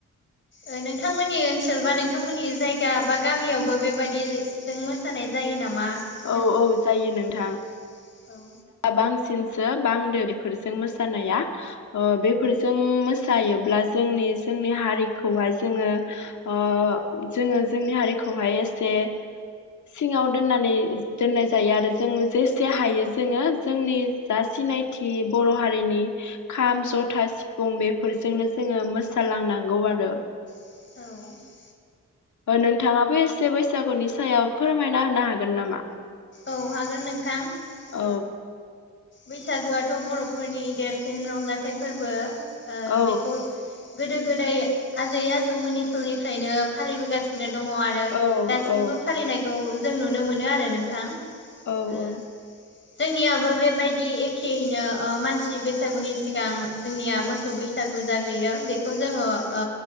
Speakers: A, on the left; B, on the left.
A: ओ नोंथांमोननि ओनसोल बा नोंथांमोननि जायगा बा गामियावबो बेबादि जों मोसानाय जायो नामा होनदों
B: औ औ जायो नोंथां
A: <inaudible> औ।
B: बांसिनसो बांदो बेफोरजों मोसानाया ओ बेफोर जों मोसायोब्ला जोंनि जोंनि हारिखौहाय जोङो ओ जोङो जोंनि हारिखौहाय एसे सिङाव दोननानै दोननाय जायो आरो जों जेसे हायो जोङो जोंनि जा सिनायथि बर' हारिनि खाम जथा सिफुं बेफोरजोंनो जोङो मोसालांनांगौ आरो।
A: औ।
B: नोंथाङाबो एसे बैसागुनि सायाव फोरमायना होनो हागोन नामा?
A: औ हागोन नोंथां
B: औ
A: ओ बैसागुआथ' बर'फोरनि देरसिन रंजाथाइ फोरबो ओ
B: औ
A: बेखौ गोदो गोदाय आजै आजौमोननि समनिफ्रायनो फालिबोगासिनो दङ आरो। आरो
B: औ
A: दासिमबो
B: औ
A: फालिनायखौ जों नुनो मोनो आरो नोंथां ओ।
B: औ
A: जोंनियाबो बेबायदि एखेयैनो मानसि बैसागुनि सिगां जोंनिया मोसौ बैसागु जाग्रोयो बेखौ जोङो ओ